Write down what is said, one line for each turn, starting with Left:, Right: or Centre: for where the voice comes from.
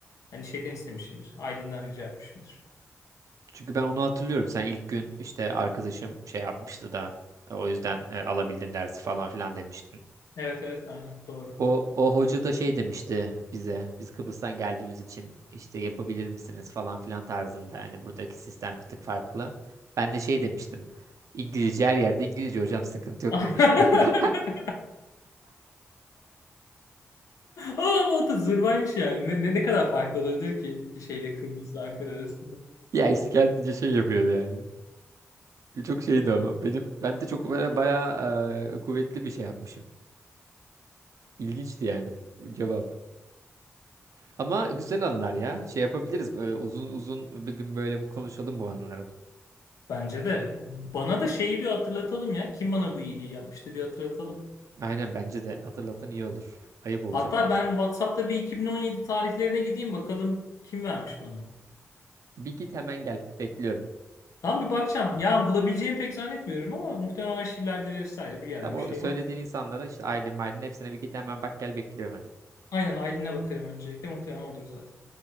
Left: hani şeyden istemişimdir. Aylin'den rica etmişimdir.
Right: Çünkü ben onu hatırlıyorum. Sen ilk gün işte arkadaşım şey yapmıştı da e, o yüzden e, alabildim dersi falan filan demiştin.
Left: Evet evet aynen doğru.
Right: O, o hoca da şey demişti bize, biz Kıbrıs'tan geldiğimiz için işte yapabilir misiniz falan filan tarzında. Yani buradaki sistem bir tık farklı. Ben de şey demiştim, İngilizce her yerde İngilizce hocam sıkıntı yok
Left: <laughs>
Right: demiştim. <laughs>
Left: Ama o da zırvaymış yani. Ne, ne, ne kadar farklı olabilir ki şeyle Kıbrıs'la Ankara arasında.
Right: Ya işte kendince şey yapıyordu yani. Çok şeydi ama benim, ben de çok böyle bayağı e, kuvvetli bir şey yapmışım. İlginçti yani cevap. Ama güzel anılar ya. Şey yapabiliriz. Böyle uzun uzun bir gün böyle konuşalım bu anıları.
Left: Bence de. Bana da şeyi bir hatırlatalım ya. Kim bana bu iyiliği yapmıştı bir hatırlatalım.
Right: Aynen bence de hatırlatan iyi olur. Ayıp olacak
Left: Hatta
Right: yoksa.
Left: ben WhatsApp'ta bir 2017 tarihlerine gideyim bakalım kim vermiş bana.
Right: Bir git hemen gel. Bekliyorum.
Left: Tamam bir bakacağım. Ya bulabileceğimi pek zannetmiyorum ama muhtemelen arşivlerde vesaire bir yerde
Right: Tam o
Left: bir şey
Right: söylediğin
Left: var.
Right: insanlara işte ailem ailenin hepsine bir git hemen bak gel bekliyorum hadi.
Left: Aynen Aylin'e bakarım öncelikle. Muhtemelen odur zaten.